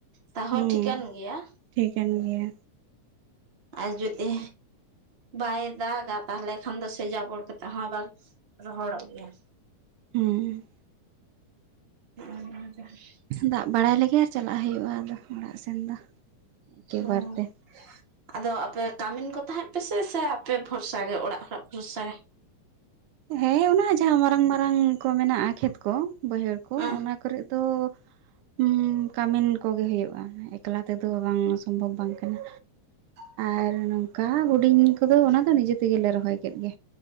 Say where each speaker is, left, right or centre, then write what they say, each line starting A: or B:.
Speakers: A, on the right; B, on the right.
A: ᱛᱟᱦᱚ
B: ᱦᱮᱸ
A: ᱴᱷᱤᱠᱟᱹᱱ ᱜᱮᱭᱟ᱾
B: ᱴᱷᱤᱠᱟᱹᱱ ᱜᱮᱭᱟ
A: ᱟᱨ ᱡᱩᱫᱤ ᱵᱟᱭ ᱫᱟᱜᱟ ᱛᱟᱦᱟᱞᱮ ᱠᱷᱟᱱ ᱫᱚ ᱥᱮ ᱡᱟᱵᱚᱲ ᱠᱟᱛᱮᱫ ᱦᱚᱸ ᱟᱵᱟᱨ ᱨᱚᱦᱚᱲᱚᱜ ᱜᱮᱭᱟ।
B: ᱦᱮᱸ
A: <unintelligible>
B: ᱫᱟᱜ ᱵᱟᱲᱟᱭ ᱞᱮᱜᱮ ᱪᱟᱞᱟᱜ ᱦᱩᱭᱩᱜᱼᱟ, ᱟᱫᱚ ᱚᱲᱟᱜ ᱥᱮᱱ ᱫᱚ ᱮᱠᱮᱵᱟᱨ
A: <unintelligible>
B: ᱛᱮ
A: ᱟᱫᱚ ᱟᱯᱮ ᱠᱟᱢᱤᱱ ᱠᱚ ᱛᱟᱦᱮᱸᱫ ᱯᱮ ᱥᱮ ᱥᱮ ᱟᱯᱮ ᱵᱷᱚᱨᱥᱟ ᱜᱮ ᱚᱲᱟᱜ ᱦᱚᱲᱟᱜ ᱵᱷᱚᱨᱥᱟ ᱜᱮ?
B: ᱦᱮᱸ ᱚᱱᱟ ᱡᱟᱦᱟᱸ ᱢᱟᱨᱟᱝ ᱢᱟᱨᱟᱝ ᱠᱚ ᱢᱮᱱᱟᱜᱼᱟ ᱠᱷᱮᱛ ᱠᱚ, ᱵᱟᱹᱭᱦᱟᱹᱲ ᱠᱚ
A: ᱚᱸ
B: ᱚᱱᱟ ᱠᱚᱨᱮᱫ ᱫᱚ ᱦᱩᱸᱻ ᱠᱟᱢᱤᱱ ᱠᱚᱜᱮ ᱦᱩᱭᱩᱜᱼᱟ᱾ ᱮᱠᱞᱟ ᱛᱮᱫᱚ ᱵᱟᱝ ᱥᱚᱢᱵᱷᱚᱵᱽ ᱵᱟᱝ ᱠᱟᱱᱟ।
A: <inaudible>
B: ᱟᱨ ᱱᱚᱝᱠᱟ ᱦᱩᱰᱤᱧ ᱠᱚᱫᱚ ᱚᱱᱟ ᱫᱚ ᱱᱤᱡᱮ ᱛᱮᱜᱮᱞᱮ ᱨᱚᱦᱚᱭ ᱠᱮᱫ ᱜᱮ,